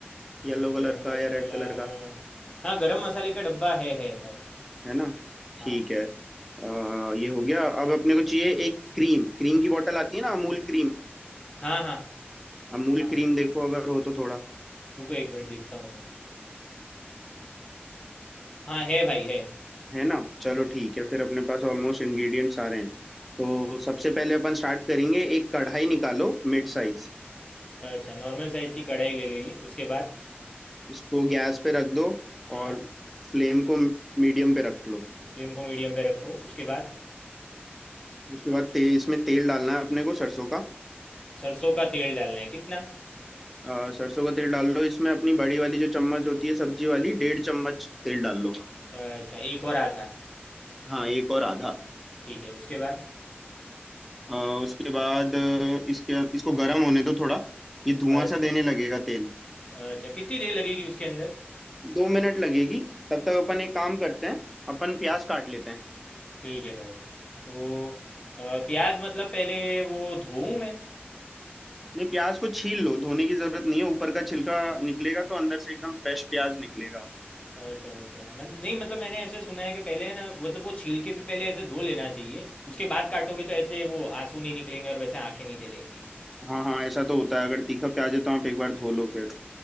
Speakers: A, on the left; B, in the centre.
A: हम्म,
B: येलो कलर
A: गरम
B: का
A: मसाला
B: या रेड कलर का
A: हाँ गरम मसाले का डब्बा है है भाई
B: है ना ठीक
A: हाँ
B: है आ, ये हो गया अब अपने को चाहिए एक क्रीम क्रीम की बोतल आती है ना अमूल क्रीम
A: हाँ हाँ
B: अमूल
A: हाँ
B: क्रीम देखो अगर हो तो थोड़ा
A: रुको एक मिनट देखता हूँ मैं हाँ है भाई है
B: है ना चलो ठीक है फिर अपने पास ऑलमोस्ट इंग्रेडिएंट सारे हैं तो
A: हाँ,
B: सबसे पहले अपन स्टार्ट करेंगे एक कढ़ाई निकालो मिड साइज
A: अच्छा नॉर्मल साइज़ की कढ़ाई ले लेगी उसके बाद
B: इसको गैस पे रख दो
A: हाँ
B: और फ्लेम को मीडियम पे रख लो
A: फ्लेम को मीडियम पे रखो उसके बाद
B: उसके बाद ते, इसमें तेल डालना है अपने को सरसों का
A: सरसों का तेल डालना है कितना
B: अ, सरसों का तेल डाल लो इसमें अपनी बड़ी वाली जो चम्मच होती है सब्जी वाली डेढ़ चम्मच तेल डाल लो
A: अच्छा एक और आधा
B: हाँ एक और आधा
A: ठीक है उसके बाद
B: अ, उसके बाद अ, इसके इसको गर्म होने दो थोड़ा ये धुआं
A: अच्छा
B: सा देने लगेगा तेल
A: अच्छा कितनी देर लगेगी उसके अंदर
B: दो मिनट लगेगी तब तक अपन एक काम करते हैं अपन प्याज काट लेते हैं
A: ठीक है भाई तो अ, प्याज मतलब पहले वो धोऊं मैं
B: नहीं प्याज को छील लो धोने की जरूरत नहीं है ऊपर का छिलका निकलेगा तो अंदर से एकदम फ्रेश प्याज निकलेगा
A: अच्छा अच्छा मैं नहीं मतलब मैंने ऐसे सुना है कि पहले है ना मतलब वो छील के भी पहले ऐसे धो लेना चाहिए उसके बाद काटोगे तो ऐसे वो आंसू नहीं निकलेंगे और वैसे आंखें नहीं जलेंगी
B: हाँ हाँ ऐसा तो होता है अगर तीखा प्याज है तो आप एक बार धो लो फिर